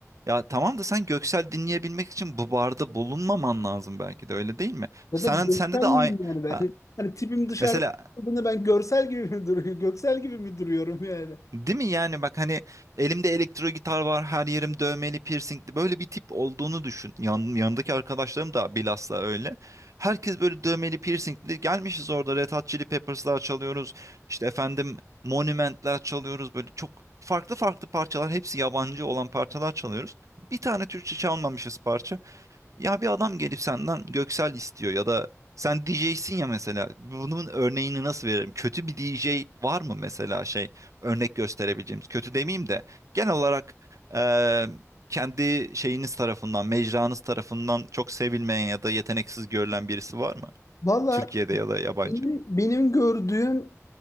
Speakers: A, on the right (about 70°); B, on the left (about 75°).
A: ya tamam da sen Göksel dinleyebilmek için bu barda bulunmaman lazım belki de öyle değil mi?
B: Ya
A: Sen,
B: da göksel
A: sende de
B: miyim
A: aynı
B: yani ben?
A: Ha,
B: <laughs> Hani tipim dışarıda
A: mesela
B: olduğunda ben görsel gibi mi duruyor? Göksel gibi mi duruyorum yani?
A: Değil mi yani bak hani elimde elektro gitar var her yerim dövmeli piercingli böyle bir tip olduğunu düşün. Yan, yanındaki arkadaşlarım da bilhassa öyle. Herkes böyle dövmeli piercingli gelmişiz orada Red Hot Chili Peppers'lar çalıyoruz. İşte efendim Monument'ler çalıyoruz böyle çok farklı farklı parçalar hepsi yabancı olan parçalar çalıyoruz. Bir tane Türkçe çalmamışız parça. Ya bir adam gelip senden Göksel istiyor ya da sen DJ'sin ya mesela. Bunun örneğini nasıl veririm? Kötü bir DJ var mı mesela şey örnek gösterebileceğimiz? Kötü demeyeyim de genel olarak eee, kendi şeyiniz tarafından, mecranız tarafından çok sevilmeyen ya da yeteneksiz görülen birisi var mı?
B: Valla
A: Türkiye'de ya da yabancı.
B: Benim, benim gördüğüm